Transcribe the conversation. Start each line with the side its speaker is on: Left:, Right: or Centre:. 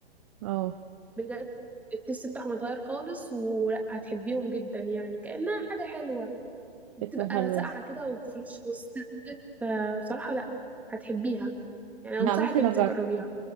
Right: اه
Centre: بجد التست بتاعهم يتغير خالص وهتحبيهم جدا يعني كأنها حاجة حلوة بتبقى
Right: فكرة حلوة
Centre: ساقعة
Right: دي
Centre: كده وفريش وسط فبصراحة لا هتحبيها يعني أنصحك
Right: لا ممكن
Centre: إن انت
Right: اجرب
Centre: تجربيها